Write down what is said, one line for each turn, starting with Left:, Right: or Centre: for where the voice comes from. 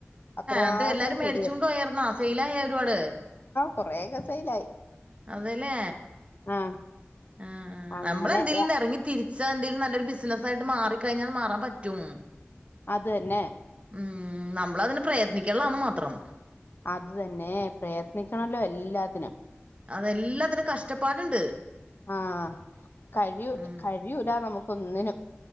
Left: അത്രമാത്രം
Right: അതെഎല്ലാരും മേടിച്ചു
Left: ചെടിയാണ്
Right: കൊണ്ട് പോയാർന്നോ സെയിലായോ ഒരുപാട്
Left: കൊറേയെക്കെ സെയിലായി
Right: അതേല്ലേ
Left: ആ
Right: ആ ആ
Left: അങ്ങനെ
Right: നമ്മളെന്തേലും
Left: ആ,
Right: ഇറങ്ങി തിരിച്ച എന്തെങ്കിലും നല്ല ബിസിനസ്സായിട്ട്മാറി കഴിഞ്ഞാൽ മാറാൻ പറ്റും
Left: അത് തന്നെ
Right: ഉം നമ്മളതിനെ പ്രയത്നിക്കുള്ള മാത്രം
Left: അത് തന്നെ പ്രയത്നിക്കണല്ലോ എല്ലാത്തിനും.
Right: അതെല്ലാത്തിനും കഷ്ടപ്പാടുണ്ട്
Left: ആഹ കഴിയു
Right: ഉം
Left: കഴിയൂടാ ന നമക്ക് ഒന്നിനും